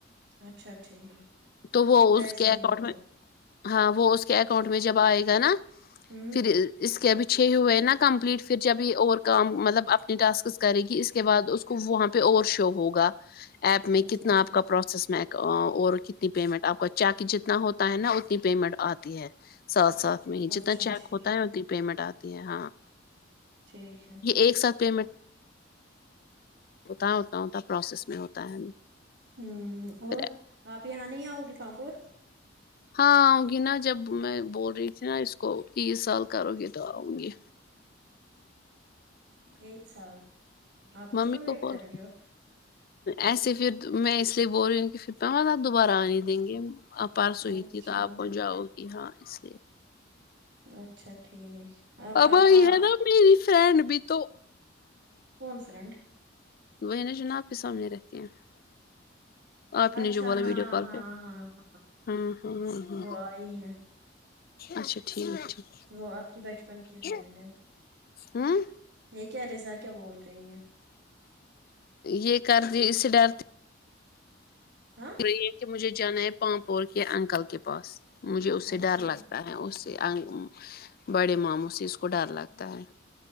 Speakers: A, on the right; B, on the left.
A: اچھا اچھا ٹھیک
B: تو وہ
A: ویسے
B: اس اکاؤنٹ
A: ہی ہوتا
B: میں ہاں وہ اس کے اکاؤنٹ میں جب آئے گا نا
A: ہوں
B: پھر اس کےبچ چھے ہوئے ہیں نا کمپلیٹ پھر جب یہ اور کام مطلب اپنی ٹاسکس کرے گی اس کے بعد اس کو وہاں پہ اور شو ہوگا ایپ میں
A: اچھا
B: کتنا آپ
A: ٹھیک
B: کا پروسیس میں اور کتنی پیمنٹ آپ کا جاکے جتنا ہوتا ہے نا اتنی پیمنٹ آتی ہے ساتھ ساتھ جتنا
A: اچھا
B: چیک
A: ٹھیک
B: ہوتا ہے اتنی پیمنٹ آتی ہے ہاں
A: ٹھیک ہے
B: یہ ایک ساتھ پیمنٹ ہوتا اتنا ہوتا پروسیس میں ہوتا ہے ہمیں
A: امم اور
B: پھر
A: آپ یہاں نہیں آؤ گی پامپور
B: ہاں آؤں گی نا جب میں بول رہی تھی نا اس کو کی یہ سال کرو گی تو آؤں گی
A: ایک سال آپ اس
B: ممی
A: کا ویٹ
B: کو بول
A: کر رہی ہو
B: ایسے پھر میں اس لیے بول رہی ہوں کہ پھر کہا نا دوبارہ آنے دیں گے آپ پاس ہوئی
A: اچھا
B: تھی تو آپ وہ جاؤ گی ہاں اس لیے
A: اچھا ٹھیک اب آپ
B: آئی
A: آ
B: ہے نا میری فرینڈ بھی تو
A: کون فرینڈ
B: <unintelligible> آپ ہی
A: اچھا
B: نے جو بولا
A: ہاں
B: ویڈیو کال
A: ہاں
B: پہ
A: ہاں ہاں
B: ہاں ہاں ہاں
A: وہ آئی ہیں
B: اچھا ٹھیک
A: وہ آپ کی بچپن کی
B: ہے
A: فرینڈ
B: ہاں
A: یہ کیا رضا کیا بول رہی ہیں
B: یہ کردی اسے ڈرتے
A: ہاں
B: یہ کہ مجھے جانا ہے پامپور کے انکل کے پاس مجھے اس سے
A: اچھا
B: ڈر لگتا آ اس سے انک بڑے ماموں سے اس کو ڈر لگتا ہے